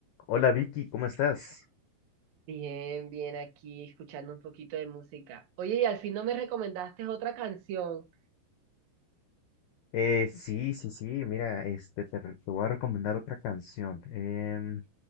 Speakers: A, on the left; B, on the right.
A: Hola Vicky, ¿cómo estás?
B: Bien, bien, aquí escuchando un poquito de música. Oye, y al fin no me recomendaste otra canción.
A: Eh, sí, sí, sí, mira, este, te, re- te voy a recomendar otra canción. em,